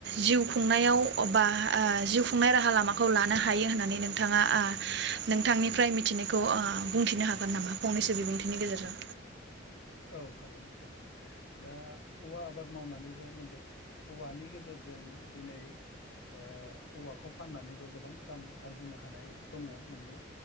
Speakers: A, on the right; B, on the left.
A: जिउ खुंनायाव बा ओ जिउ खुंनाय राहा लामाखौ लानो हायो होननानै नोंथाङा ओ नोंथांनिफ्राय मिथिनायखौ ओ बुंथिनो हागोन नामा फंनैसो बिबुंथिनि गेजेरजों?
B: औ हागोन नोंथां दा औवा आबाद मावनानैबो नंगौ औवानि गेजेरजों दिनै ओ औवाखौ फाननानैबो गोबां रां आरजिनो हानाय दङ नंगौ